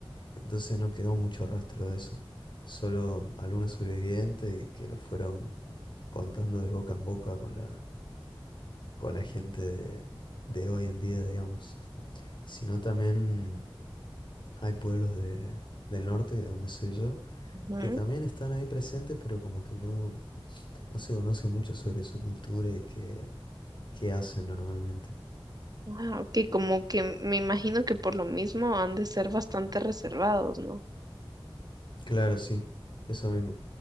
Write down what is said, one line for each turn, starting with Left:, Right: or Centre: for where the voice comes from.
Left: Entonces no quedó mucho rastro de eso. Solo algunos sobrevivientes y que lo fueron contando de boca en boca con la, con la gente de, de hoy en día, digamos. Sino también hay pueblos de, del norte, de donde soy yo,
Right: ujú.
Left: que también están ahí presentes, pero como que no, no se conoce mucho sobre su cultura y qué, qué hacen normalmente.
Right: Ah, ok, como que me imagino que por lo mismo han de ser bastante reservados, no
Left: Claro, sí, eso mismo.